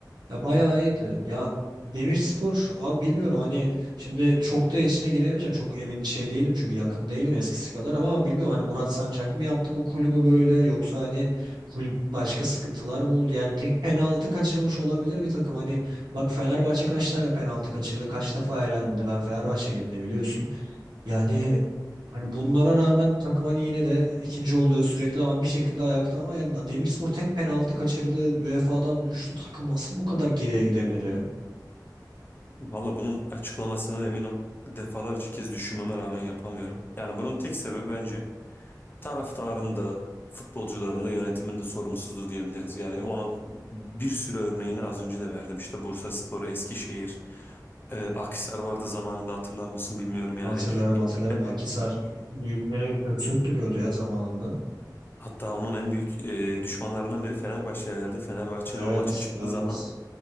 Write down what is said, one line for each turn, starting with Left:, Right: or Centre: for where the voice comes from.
Right: Ya bayağı iyiydi. Ya Demirspor abi bilmiyorum hani şimdi çok da içine giremeyeceğim. Çok emin şey değilim çünkü yakın değilim eskisi kadar ama bilmiyorum hani Murat Sancak mı yaptı bu kulübü böyle yoksa hani kulüp başka sıkıntılar mı oldu? Yani tek penaltı kaçırmış olabilir bir takım. Hani bak Fenerbahçe kaç tane penaltı kaçırdı? Kaç defa elendi? Ben Fenerbahçeliyim de biliyorsun. Yani hani bunlara rağmen takım hani yine de ikinci oluyor sürekli ama bir şekilde ayakta ama yani Demirspor tek penaltı kaçırdı. UEFA'dan düştü. Takım nasıl bu kadar geriye gidebilir ya?
Left: Valla bunun açıklamasını emin ol defalarca kez düşünmeme rağmen yapamıyorum. Yani bunun tek sebebi bence taraftarın da futbolcuların da yönetimin de sorumsuzluğu diyebiliriz. Yani onun bir sürü örneğini az önce de verdim. İşte Bursaspor, Eskişehir, e,
Right: Hı hı.
Left: Akhisar vardı zamanında hatırlar mısın bilmiyorum
Right: Hatırlarım
Left: yani. Gerçekten
Right: hatırlarım. Akisar büyüklere kök söktürüyordu ya zamanında.
Left: Hatta onun en büyük e, düşmanlarından biri Fenerbahçe herhalde. Fenerbahçe
Right: Evet
Left: ile o maça çıktığı
Right: evet.
Left: zaman